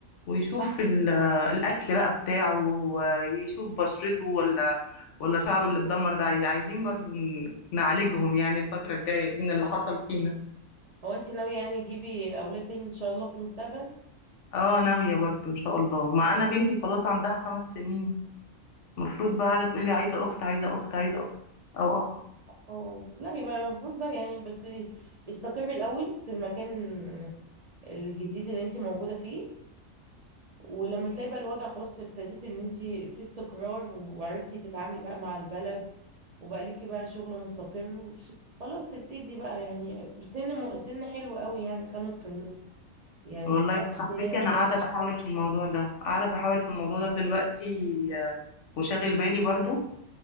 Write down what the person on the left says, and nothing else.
ويشوف
ال- آه، الاكل بقى بتاعه ويشوف بشرته ولا ولا شعره اللي اتدمر ده عايز- عايزين برضو ن- نعالجهم يعني الفتره الجايه دي من اللي حصل فينا
اه ناويه برضو ان شاء الله ما انا بنتي خلاص عندها خمس سنين المفروض بقى قاعدة تقول لي عايزة أخت عايزة أخت عايزة أخت أو أخ
والله
يا صاحبتي
أنا قاعدة بحاول في الموضوع ده قاعدة بحاول في الموضوع ده دلوقتي آه، وشاغل بالي برضو